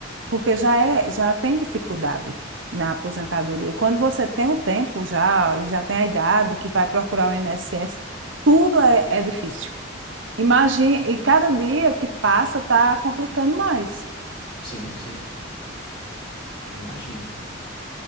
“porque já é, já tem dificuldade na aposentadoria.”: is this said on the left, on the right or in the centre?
Right